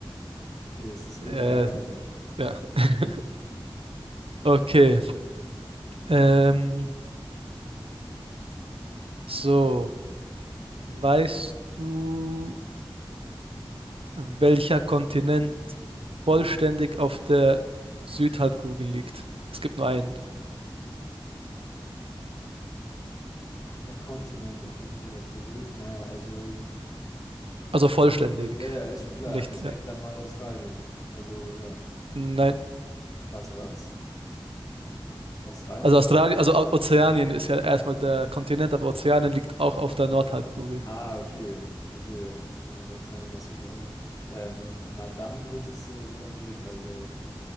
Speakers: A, on the left; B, on the right.
A: Okay, es ist
B: äh,
A: Juri Gagarin.
B: ja. <laughs> Okay. Ähm, so, weißt du, welcher Kontinent vollständig auf der Südhalbkugel liegt? Es gibt nur einen.
A: Welcher Kontinent auf der Südhalbkugel? Naja, also,
B: Also vollständig.
A: ja, ja, ist schon klar.
B: Nicht,
A: Ich
B: ja.
A: denke dann mal Australien. Also, ja.
B: Nein.
A: Warte, was? Australien
B: Also
A: ist
B: Australien,
A: au-
B: also O- Ozeanien ist ja erstmal der Kontinent, aber Ozeanien liegt auch auf der Nordhalbkugel.
A: Ah, okay, okay, äh, wenn Ozeanien dazu gehört. Ähm, na dann wird es äh, Südamerika sein.